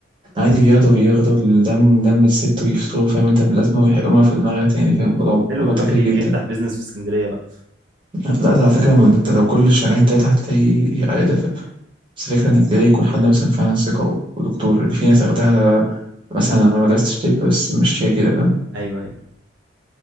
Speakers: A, on the right; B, on the right.
A: عادي بياخدوا بياخدوا الدم دم الست ويفصلوه فاهم انت بلازمة ويحقنوها في
B: مم.
A: دماغها تاني فاهم الموضوع
B: حلو
A: موضوع
B: الواحد
A: تافه
B: يجي
A: جدا
B: يفتح بيزنس في اسكندريه بقى
A: لا ده على فكرة ما انت لو كل شهرين تلاتة هتلاقي عيادة ف- بس الفكرة انك تلاقي يكون حد مثلا فعلا ثقة و- ودكتور يعني في ناس اخدها مثلا ما درستش طب بس ماشية كده فاهم
B: ايوه ايوه